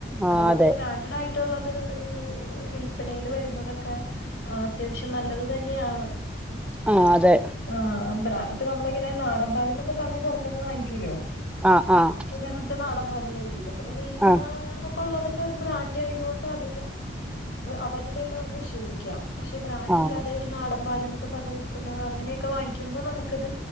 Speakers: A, in the centre; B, on the left.
A: ആഹ്
B: അതുകൊണ്ട്
A: അതെ
B: ബ്രാൻഡഡ് ആയിട്ടുള്ളത് വിൽപനയിൽ വരുന്നത്. അതൊക്കെ അത്യാവശ്യം നല്ലത് തന്നെയാണ്.
A: ആ അതെ.
B: ആഹ് ബ്രാൻഡ് നമ്മൾ നമ്മളിങ്ങനെ നാടൻ പാൽ എന്നൊക്കെ പറഞ്ഞ് പുറത്തന്ന് വാങ്ങിക്കൂല്ലോ
A: ആ ആ...
B: വെറുതെ നാടൻ പാൽ ന്ന് എഴുതിയതൊക്കെ, മിൽമ
A: ആഹ്
B: എന്നൊക്കെ ഉള്ളതൊക്കെ ഒരു ബ്രാൻഡ് ആയതുകൊണ്ട് അതി അവരുടെയൊക്കെ നമുക്ക് വിശ്വസിക്കാം പക്ഷെ ബ്രാൻഡ്
A: ആഹ്
B: ഇല്ല പാലെന്നൊക്കെ പറഞ്ഞഞ് വിൽക്കുന്നോ അങ്ങനെയൊക്കെ വാങ്ങിക്കുമ്പോ നമുക്കത്